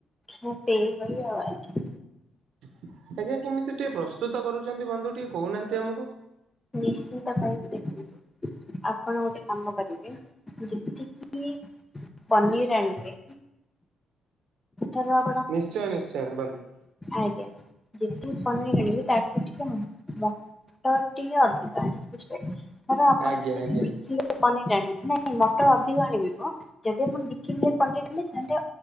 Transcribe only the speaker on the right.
ଆଜ୍ଞା, କେମିତି ଟିକେ ପ୍ରସ୍ତୁତ କରୁଛନ୍ତି ବନ୍ଧୁ ଟିକେ କହୁନାହାନ୍ତି ଆମକୁ?
ନିଶ୍ଚୟ, ନିଶ୍ଚୟ, ବନ୍ଧୁ।
ଆଜ୍ଞା
ଆଜ୍ଞା